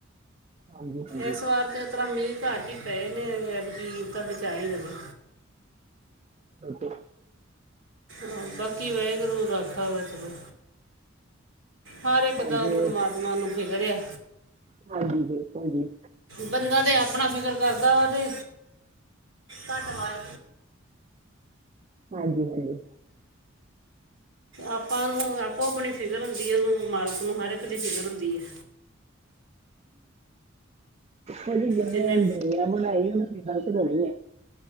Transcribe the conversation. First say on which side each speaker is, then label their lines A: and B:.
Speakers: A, on the right; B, on the right.
A: ਹਾਂਜੀ ਹਾਂਜੀ
B: ਇਸ ਵਾਰ ਤੇ ਓ ਤਰਾ ਮੀਂਹ ਘੱਟ ਹੀ ਪਏ ਨੇ ਐਦਕੀ ਤਾ ਬਚਾ ਹੀ ਰਵੇ।
A: ਬਟ। <unintelligible>
B: ਹਾਂ ਬਾਕੀ ਵਾਹਿਗੁਰੂ ਰਾਖਾ ਵਾ ਚਲੋ। ਹਰ ਇੱਕ
A: ਹਾਂਜੀ
B: ਦਾ ਉਹ ਪਰਮਾਤਮਾ
A: ਓਕੇ
B: ਨੂੰ ਫਿਕਰੇ ਆ
A: ਹਾਂਜੀ ਬਿਲਕੁਲ ਜੀ
B: ਬੰਦਾ ਤੇ ਆਪਣਾ ਫਿਕਰ ਕਰਦਾ ਵਾ ਤੇ। ਘੱਟ ਵਾਦ।
A: ਹਾਂਜੀ-ਹਾਂਜੀ।
B: ਆਪਾਂ ਨੂੰ ਆਪੋ ਆਪਣੀ ਫਿਕਰ ਹੁੰਦੀ ਹੈ ਉਹਨੂੰ ਮਾਲਕ ਨੂੰ ਹਰ ਇੱਕ ਦੀ ਫਿਕਰ ਹੁੰਦੀ ਹੈ।
A: ਹਾਂਜੀ ਜਿਨੇ
B: ਜਿੰਨੇ
A: ਦੁਨੀਆ ਬਣਾਈ ਉਹਨੂੰ ਫ਼ਿਕਰ ਤੇ ਹੋਣੀ ਐ।